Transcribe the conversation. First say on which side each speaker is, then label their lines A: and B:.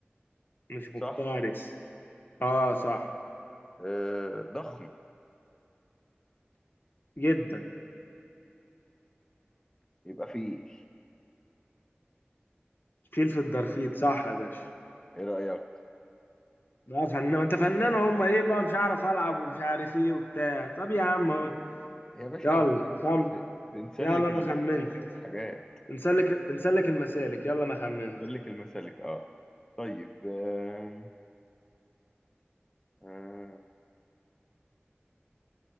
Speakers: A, on the left; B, on the left.
A: مش
B: صح
A: مفترس اه صح
B: أه ضخم
A: جدا
B: يبقى فيل
A: فيل في الدرفيل صح يا باشا
B: ايه رأيك
A: بقى فنان ما انت فنان هم ايه بقى مش عارف العب ومش عارف ايه وبتاع طب يا عم اهو
B: يا باشا
A: يلا
B: ده احنا
A: خم
B: ب... بنسلك
A: يلا انا
B: ال-
A: خمنت
B: الحاجات
A: بنسلك بنسلك المسالك يلا انا خمنت
B: بنسلك المسالك اه طيب آم، آم،